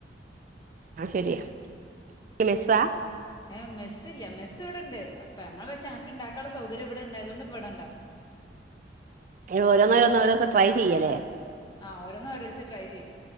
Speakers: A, on the right; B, on the left.
A: അത് ശരിയാ മെസ്സാ
B: ഏഹ് മെസ്സില്ല മെസ്സ്‌ ഇവടെ ഇണ്ട് അപ്പ ഞങ്ങള് പക്ഷേ ഞങ്ങക്ക്ണ്ടാക്കാൻള്ള സൗകര്യം ഇവിടെ ഇണ്ടായതുകൊണ്ട് ഇപ്പ ഇവിടെ ഉണ്ടാക്കും
A: അങ്ങനെ ഓരോന്ന് ഓരോന്ന് ഓരോദിവസം ട്രൈ ചെയ്യലേ
B: ആഹ് ഓരോന്ന് ഓരോ ദിവസം ട്രൈ ചെയ്യും